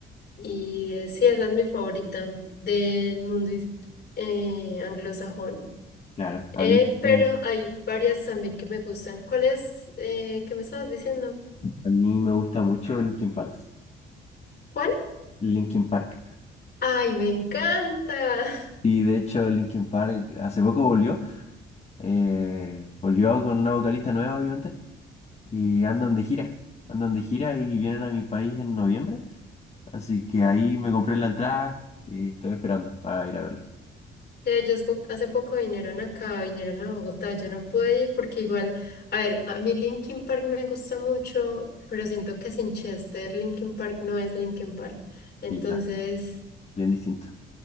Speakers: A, on the left; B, on the left.
A: y eh, sí, esa es mi favorita del mundo is- eh, anglosajón.
B: Claro,
A: Eh,
B: a mí,
A: pero
B: sí,
A: hay varias también que me gustan. ¿Cuál es? Eh, ¿qué me estabas diciendo?
B: a mí me gusta mucho Linkin Park.
A: ¿Cuál?
B: Linkin Park.
A: ¡Ay, me encanta!
B: Y de hecho Linkin Park hace poco volvió. eh, volvió con una vocalista nueva, obviamente. Y andan de gira. Andan de gira y vienen a mi país en noviembre. Así que ahí me compré la entrada y estoy esperando para ir a verlo.
A: De ellos po- hace poco vinieron acá, vinieron a Bogotá, yo no pude ir porque igual, a ver, a mí Linkin Park me gusta mucho, pero siento que sin Chester Linkin Park no es Linkin Park. Entonces,
B: Y claro, bien distinto.